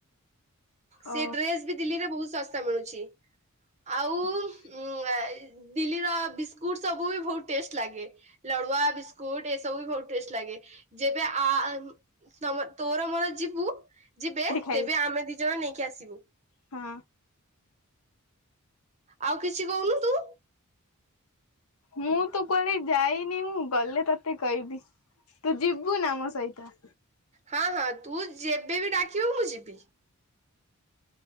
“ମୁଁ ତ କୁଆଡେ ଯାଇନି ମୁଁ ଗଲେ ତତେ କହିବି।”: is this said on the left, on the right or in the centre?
Left